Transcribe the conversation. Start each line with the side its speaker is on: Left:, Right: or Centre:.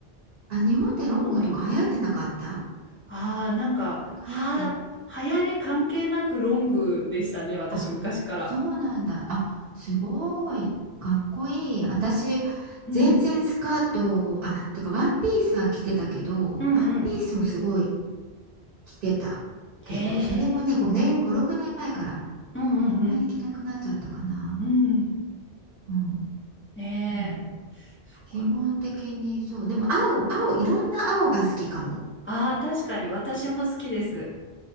Right: あ、日本でロングとか流行ってなかった
Left: 多い。ああ、なんか、は、
Right: 流行って、
Left: 流行り関係なくロングでしたね、私昔から。
Right: あ、そうなんだ。あ、すごい。かっこいい。私、
Left: うん。
Right: 全然スカート、あ、てかワンピースは着てたけど、
Left: うんうん。
Right: ワンピースをすごい着てたけど、
Left: へえ。
Right: それもね、5年、5、6年前から
Left: うんうん
Right: あんまり着なくなっちゃったかな。
Left: うん。うん。
Right: うん、
Left: ねえ。
Right: うん、
Left: そっか。
Right: 基本的にそう。でも青、青、いろんな青が好きかも。
Left: ああ、確かに私も好きです。